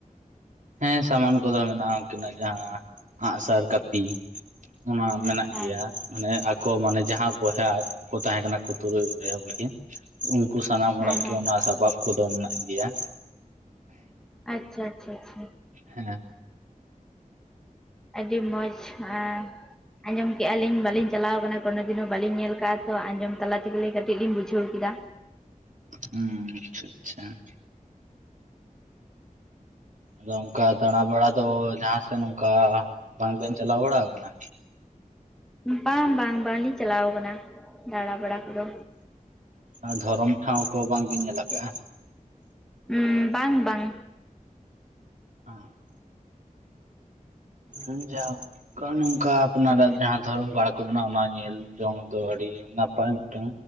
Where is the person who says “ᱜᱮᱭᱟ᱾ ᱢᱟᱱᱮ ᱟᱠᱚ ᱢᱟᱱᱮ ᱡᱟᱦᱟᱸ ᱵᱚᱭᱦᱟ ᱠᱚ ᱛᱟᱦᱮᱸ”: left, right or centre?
Right